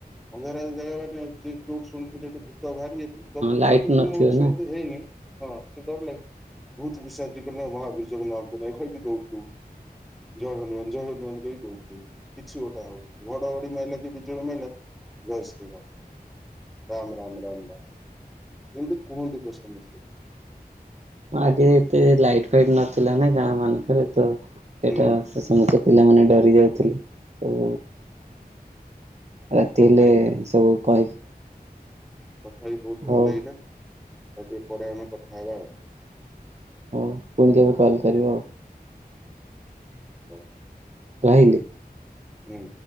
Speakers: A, in the centre; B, on the right (about 45°).
A: <unintelligible> ସେମିତି ହେଇନି। ହଁ ସେ
B: ଲାଇଟ୍ ନଥିବ
A: ଦୌଡିଲେ
B: ନା
A: ବହୁତ ବିଶ୍ୱାସ ମହାବୀରଯ୍ୟଙ୍କ ନାଁ କହିକି ଦୌଡୁିବୁ। ଜର ନୁହଁ ଜର ନୁହଁ ବୋଉକୁ କହୁ କିଛି ଗୋଟେ ଆଉ ଘଡଘଡି ମାଇଲା କି ବିଜୁଳି ମାଇଲା। ଜୟ ଶ୍ରୀ ରାମ। ରାମ ରାମ ରାମ ରାମ ଏନ୍ତି କୁହନ୍ତିୁ ତ ସମସ୍ତେ
B: ଆଗେ ଏତେ ଲାଇଟ ଫାଇଟ ନଥିଲା ନା ଗାଁ ମାନଙ୍କରେ ତ
A: ହୁଁ
B: ଏଟା ତ ସମସ୍ତେ ପିଲାମାନେ ଡରି ଯାଉଥିଲେ ତ ରାତି
A: ହଉ
B: ହେଲେ
A: ଭାଇ
B: ସବୁ କହିକି
A: କଥା ହେଇ ବହୁତ
B: ହଉ
A: ଭଲ ଲାଗିଲା ଆଉ ଟିକେ ପରେ ଆମେ କଥା ହେବା ଆଉ।
B: ହଉ ପୁଣି କେବେ କଲ୍ କରିବ ଆଉ
A: ହଉ
B: ରହିଲି।
A: ହୁଁ